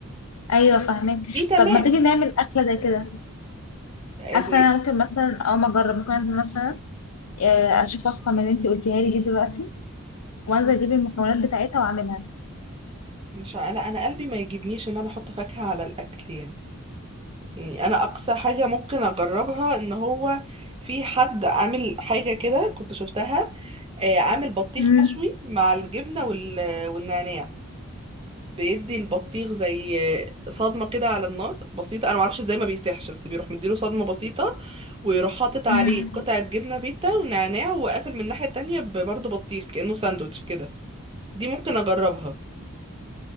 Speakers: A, on the left; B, on the right.
A: ايوه فاهمك
B: دي تمام
A: طب ما تيجي نعمل اكله زي كده
B: آه،
A: حاسه
B: دي
A: انا ممكن مثلا اول ما اجرب ممكن انزل مثلا آه، اشوف وصفه من اللي انت قلتيها لي دي دلوقتي وانزل اجيب المكونات بتاعتها واعملها
B: مش ع- انا انا قلبي ما يجيبنيش ان انا احط فاكهة على الاكل يعني يعني انا اقصى حاجة ممكن اجربها ان هو في حد عامل حاجة كده كنت شفتها آه، عامل بطيخ
A: امم
B: مشوي مع الجبنة وال- والنعناع بيدي البطيخ زي آه، صدمة كده على النار بسيطة انا معرفش ازاي ما بيسيحش بس بيروح مديله صدمة بسيطة ويروح حاطط عليه
A: امم
B: قطعة جبنة فيتا ونعناع وقافل من الناحية التانية برضه بطيخ كأنه ساندوتش كده دي ممكن اجربها